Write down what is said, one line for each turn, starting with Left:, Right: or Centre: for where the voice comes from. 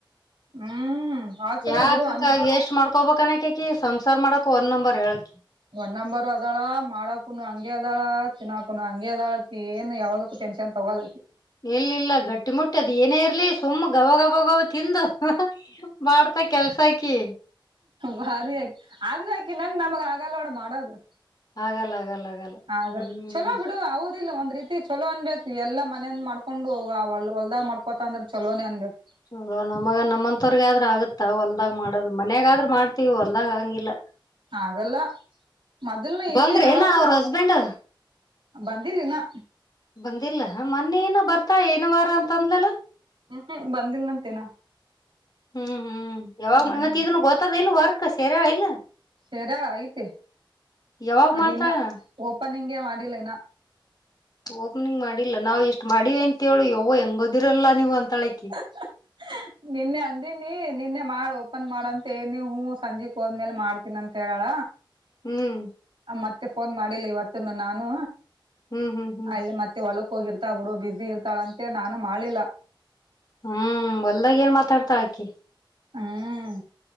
Right: ಹ್ಮ್ ಬಾಳ ಚಲೋ
Left: ಯಾಕಕಾ
Right: ಬಿಡು ಅಂದ್ರ
Left: ವೆಸ್ಟ್ ಮಾಡ್ಕೊಬನಕಕಿ ಸಂಸಾರ್ ಮಾಡಕ ಒನ್ ನಂಬರ್ ಹೇಳಕಿ
Right: ಒನ್ ನಂಬರ್ ಅದಾಳ ಮಾಡಕನು ಹಂಗೆ ಅದಾಳ ತಿನ್ನಕು ಹಂಗೆ ಅದಾಳಕಿ ಏನ್ ಯಾವದಕ್ಕ ಟೆನ್ಷನ್ ತಗಾಲಕ್ಕಿ
Left: ಇಲ್ಲ ಇಲ್ಲ ಗಟ್ಟಿ ಮುಟ್ಟಿ ಅದ ಏನೇ ಇರ್ಲಿ ಸುಮ್ಮ್ ಗಬ ಗಬ ಗವ ತಿಂದು ಮಾಡ್ತಾ ಕೆಲ್ಸಾಕಿ
Right: ಭಾರಿ ಅಕಿ ಆದ್ರ ಅಕಿನಂಗ್ ನಮಗ್ ಆಗಲ್ಲ ನೋಡ ಮಾಡದು
Left: ಆಗಲ್ಲ ಆಗಲ್ಲ ಆಗಲ್ಲ
Right: ಆಗಲ್ಲ
Left: ಹ್ಮ್
Right: ಚಲೋ ಬುಡು ಹೌದ ದಿಲ್ಲ ಒಂದ್ ರೀತಿ ಚಲೋ ಅನ್ಬೇಕ ಎಲ್ಲ ಮನೇಂದ ಮಾಡ್ಕೊಂಡು ಹೊಲ್ದಾಗ್ ಮಾಡ್ಕೋತಳ ಅಂದ್ರ ಚಲೋನೇ ಅನ್ಬೇಕ
Left: ಚಲೋ ನಮಗ ನಮ್ಮಂತವರ್ಗಿ ಆದ್ರ ಆಗತ್ತಾ ಹೊಲ್ದಾಗ್ ಮಾಡದ್ ಮನ್ಯಾಗ ಆದ್ರ ಮಾಡ್ತಿವಿ ಹೊಲ್ದಾಗ ಹಾಗಂಗಿಲ್ಲ
Right: ಆಗಲ್ಲ ಮೊದಲ್ ಇಲ್ಲಿ
Left: ಬಂದ್ರ
Right: ನಾವು
Left: ಏನ ಅವ್ರ ಹಸ್ಬೆಂಡ್
Right: ಬಂದಿಲ್ಲಿನ
Left: ಬಂದಿಲ್ಲ ಮೊನ್ನೆನ ಬರ್ತಾ ಏನ ವಾರ ಅಂತ ಅಂದ್ಲಲ
Right: ಹ್ಮ್ ಹ್ಮ್ ಬಂದಿಲ್ಲ ಅಂತಿನಾ
Left: ಹ್ಮ್ ಹ್ಮ್ ಯಾವಾಗ
Right: ಹ್ಮ್
Left: ಮತ್ತ ಇದನ್ ಗೊತ್ತದ ಇಲ್ ವರ್ಕ್ ಸೆರಾಳ ಇಲ್ಲ
Right: ಸೆರ್ಯಾಳ ಐತಿ
Left: ಯಾವಾಗ್
Right: ಅದಿನ್ನ
Left: ಮಾಡ್ತಾಳ
Right: ಓಪನಿಂಗೇ ಮಾಡಿಲ್ಲಿನ
Left: ಓಪನಿಂಗ್ ಮಾಡಿಲ್ಲ ನಾವ್ ಇಷ್ಟ್ ಮಾಡಿವಿ ಅಂತೇಳ ಯವ್ವ ಹೆಂಗದಿರಲ್ಲಾ ನೀವು ಅಂತಳಕಿ
Right: <unintelligible> ನಿನ್ನೆ ಅಂದಿನಿ ನಿನ್ನೆ ಮಾಡ ಓಪನ್ ಮಾಡಂತ ಹೇಳಿನಿ ಹೂ ಸಂಜಿಕ್ ಹೋದ್ಮೇಲ ಮಾಡ್ತ ತಿನ್ನಂತ ಹೇಳಾಳ
Left: ಹ್ಮ್
Right: ಆ ಮತ್ತಿ ಫೋನ್ ಮಾಡಿಲ್ಲ ಇವತ್ತುನು ನಾನು
Left: ಹ್ಮ್ ಹ್ಮ್ ಹ್ಮ್
Right: ಅಲ್ಲಿ ಮತ್ತ ಮತ್ತೆ ಹೊಲಕ್ ಹೋಗಿರ್ತಾಳ ಬಿಡು ಬಿಸಿ ಇರ್ತಾಳ ಅಂತೇಳ ನಾನು ಮಾಡ್ಲಿಲ್ಲ
Left: ಹ್ಮ್ ಒಲ್ದಾಗ ಏನ್ ಮಾತಾಡ್ತಾಳ ಆಕಿ
Right: ಹ್ಮ್